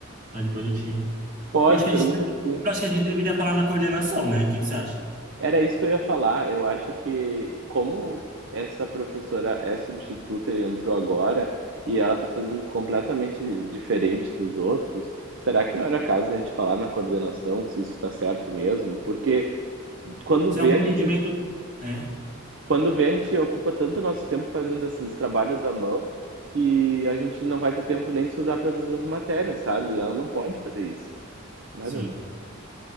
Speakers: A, on the right (about 40°); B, on the right (about 60°).
A: Aí depois eu te.
B: Pode,
A: Eu acho que
B: pergunta
A: a gente, eu
B: sim.
A: acho que a gente deveria falar na coordenação, né? O que que você acha?
B: Era isso que eu ia falar. Eu acho que como essa professora é substituta e entrou agora, e ela está fazendo completamente diferente dos outros, será que não era caso de a gente falar na coordenação se isso está certo mesmo? Porque quando
A: Se
B: vê
A: é um
B: a
A: entendimento.
B: gente,
A: É,
B: quando vê a gente ocupa tanto nosso tempo fazendo esses trabalhos à mão que a gente não vai ter tempo nem de estudar para as outras matérias, sabe? Ela não pode fazer isso. Mas,
A: sim.